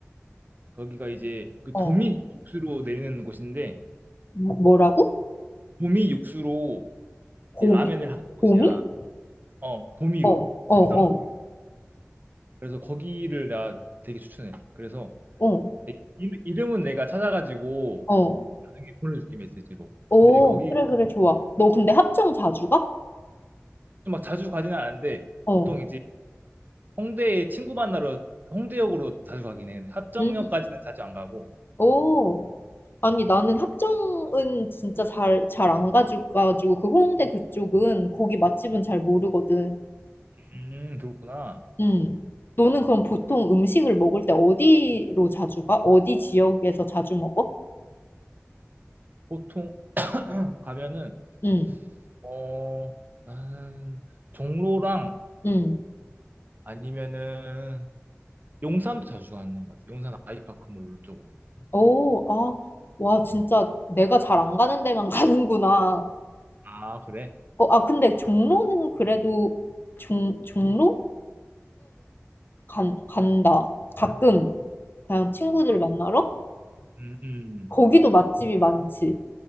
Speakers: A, on the right (about 40°); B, on the left (about 45°).
A: 거기가 이제 그
B: 어.
A: 도미 육수로 내리는 곳인데
B: 뭐- 뭐라고?
A: 도미 육수로
B: 고미?
A: 이제 라멘을 하는 곳이야.
B: 고미?
A: 어, 도미로
B: 어, 어,
A: 생선
B: 어,
A: 도미. 그래서 거기를 나 되게 추천해. 그래서
B: 어,
A: 내 이름- 이름은 내가 찾아가지고
B: 어.
A: 나중에 보내줄게 메시지로.
B: 오,
A: 근데 거기
B: 그래, 그래, 좋아. 너 근데 합정 자주 가?
A: 막 자주 가지는 않는데
B: 어.
A: 보통 이제 홍대에 친구 만나러 홍대역으로 자주 가긴 해. 근데 합정역까지는
B: 음,
A: 자주 안 가고.
B: 오. 아니, 나는 합정은 진짜 잘, 잘 안 가져가지고, 그 홍대 그쪽은, 거기 맛집은 잘 모르거든.
A: 음, 그렇구나.
B: 음. 너는 그럼 보통 음식을 먹을 때 어디로 자주 가? 어디 지역에서 자주 먹어?
A: 보통 가면은
B: 응,
A: 어 나는 종로랑
B: 응.
A: 아니면은 용산도 자주 가는 것 같아. 용산 아이파크몰 쪽으로.
B: 오, 아, 와, 진짜 내가 잘 안 가는 데만 <laughs> 가는구나.
A: 아, 그래?
B: 어, 아, 근데 종로는 그래도 종, 종로는 간, 간다. 가끔 그냥 친구들
A: 아,
B: 만나러?
A: 음, 음.
B: 거기도 맛집이 많지.